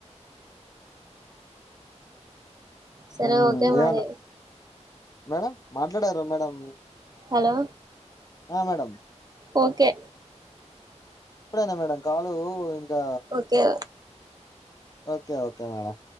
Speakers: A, on the right (about 35°); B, on the left (about 30°).
A: సరే
B: హ్మ్.
A: ఓకే మరి
B: ఏమన్నా మేడం మాట్లాడారా మేడం
A: హలో
B: ఆ మేడం
A: ఓకే
B: ఇప్పుడేనా మేడం కాలు ఇంకా
A: ఓకే
B: ఓకే ఓకే మేడం